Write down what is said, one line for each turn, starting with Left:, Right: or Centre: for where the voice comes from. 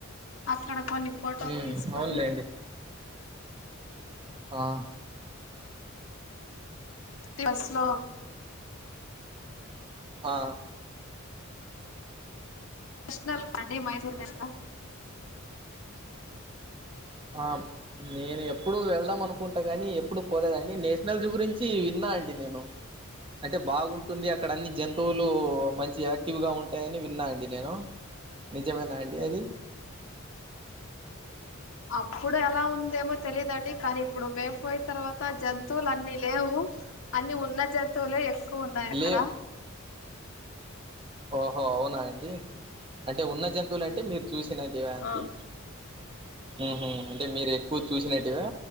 Left: అక్కడ కొన్ని ఫొటోస్
Right: ఉమ్
Left: తీసుకొని
Right: అవునులేండి ఆ
Left: తి స్లో
Right: ఆ
Left: షనల్ అం డి మైసూర్ బెంగ
Right: ఆ నేను ఎప్పుడు వెళ్దాం అనుకుంటా కానీ ఎప్పుడు పోలేదండి నేషనల్స్ గురించి విన్నా అండి నేను అంటే బాగుంటుంది అక్కడ అన్ని జంతువులు మంచి యాక్టివ్గా ఉంటాయని విన్నా అండి నేను నిజమేనా అండి అది
Left: అప్పుడు ఎలా ఉందేమో తెలిదండి కానీ ఇప్పుడు మేము పోయిన తర్వాత జంతువులు అన్నిీ లేవు అన్ని ఉన్న జంతువులే ఎక్ కు ఉన్నాయ్ అక్కడ
Right: లే ఓహో అవునా అండి అంటే ఉన్న జం తులంటే మీర్ చూసినట్టేవా అంటి
Left: ఆ
Right: మ్ హు అంటే మీరు ఎక్కువ చూసినట్టివా